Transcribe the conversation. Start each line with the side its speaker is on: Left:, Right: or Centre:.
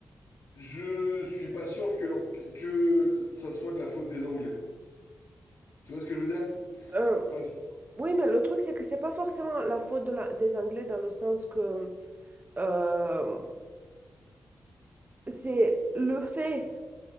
Left: je suis pas sûr que, l'empi- que ça soit de la faute des Anglais. Tu vois ce que je veux dire?
Right: Euh,
Left: Parce-
Right: oui, mais le truc, c'est que c'est pas forcément la faute de la- des Anglais dans le sens que euh, c'est le fait